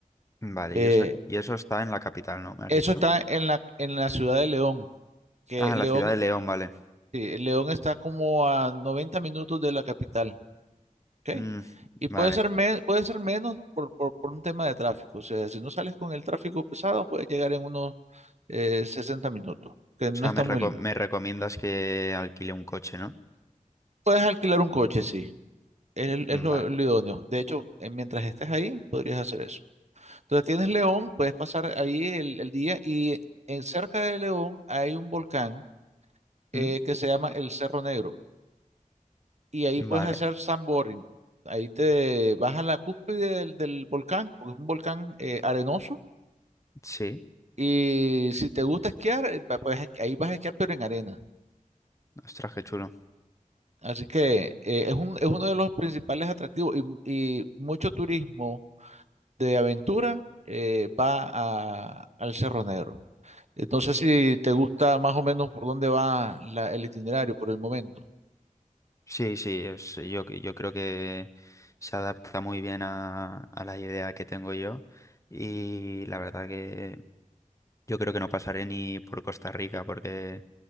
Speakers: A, on the left; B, on the right.
A: Vale,
B: Eh,
A: y eso, y eso está en la capital, ¿no? ¿Me has
B: eso
A: dicho?
B: está en la, en la ciudad de León, que
A: Ah,
B: León,
A: en la ciudad de León, vale.
B: sí, León está como a 90 minutos de la capital, ¿ok?
A: Mm,
B: Y puede
A: vale.
B: ser, me- puede ser menos por, por, por un tema de tráfico. O sea, si no sales con el tráfico pesado, puedes llegar en unos eh, 60 minutos, que no
A: O sea,
B: está
A: me,
B: muy...
A: reco-
B: lejos.
A: me recomiendas que alquile un coche, ¿no?
B: Puedes alquilar un coche, sí. Es, es
A: Vale.
B: lo, lo idóneo. De hecho, eh, mientras estés ahí, podrías hacer eso. Entonces tienes León, puedes pasar ahí el, el día y en, cerca de León hay un volcán eh,
A: Mm,
B: que se llama el Cerro Negro y ahí
A: vale.
B: puedes hacer sandboarding. Ahí te vas a la cúspide del, del volcán, porque es un volcán eh, arenoso
A: Sí.
B: y si te gusta esquiar, eh, pa- pues ahí vas a esquiar pero en arena.
A: Ostras, qué chulo.
B: Así que eh, es un- es uno de los principales atractivos y, y mucho turismo de aventura eh, va a- al Cerro Negro. Entonces, si te gusta más o menos por dónde va la- el itinerario por el momento.
A: Sí, sí, es- yo, yo creo que se adapta muy bien a, a la idea que tengo yo. Y la verdad que Yo creo que no pasaré ni por Costa Rica porque